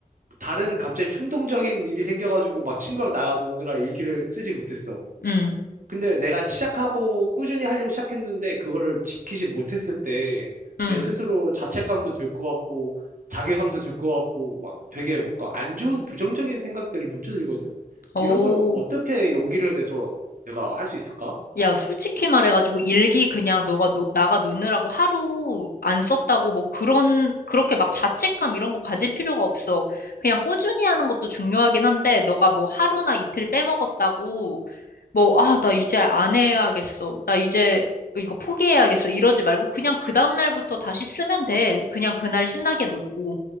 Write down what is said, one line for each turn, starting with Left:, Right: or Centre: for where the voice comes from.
Right: 다른 갑자기 충동적인 일이 생겨가지고 막 친구랑 나가 노느라 일기를 쓰지 못했어.
Left: 음,
Right: 근데 내가 시작하고 꾸준히 하려고 시작했는데 그거를 지키지 못했을 때
Left: 음,
Right: 내 스스로 자책감도 들 것 같고 자괴감도 들 것 같고 막 되게 막안 좋은 부정적인 생각들이 먼저 들거든?
Left: 오.
Right: 이런 건 어떻게 용기를 내서 내가 할 수 있을까?
Left: 야, 솔직히 말해가지고 일기 그냥 너가, 노, 나가 놓느라고 하루 안 썼다고 뭐 그런, 그렇게 막 자책감 이런 거 가질 필요가 없어. 그냥 꾸준히 하는 것도 중요하긴 한데, 너가 뭐 하루나 이틀 빼먹었다고 뭐, 아, 나 이제 안 해야겠어. 나 이제 이거 포기해야겠어. 이러지 말고 그냥 그 다음날부터 다시 쓰면 돼. 그냥 그날 신나게 놀고.